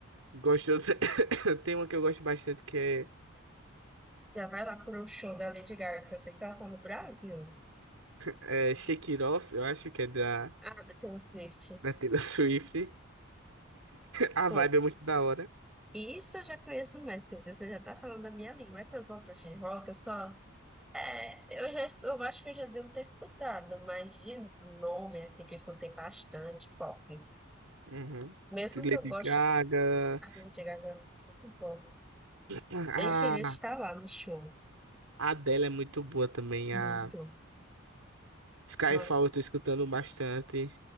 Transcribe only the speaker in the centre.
Já vai lá para o show da Lady Gaga, que eu sei que ela tá no Brasil.
Ah, da Taylor Swift.
Pronto.
Isso eu já conheço mais, entendeu? Você já tá falando da minha língua. Essas outras de rock, eu só... É, eu já, eu acho que eu já devo ter escutado, mas de nome, assim, que eu escutei bastante pop.
Mesmo
que eu goste
A Lady Gaga é muito bom.
Bem queria estar lá no show.
Muito.
Nossa,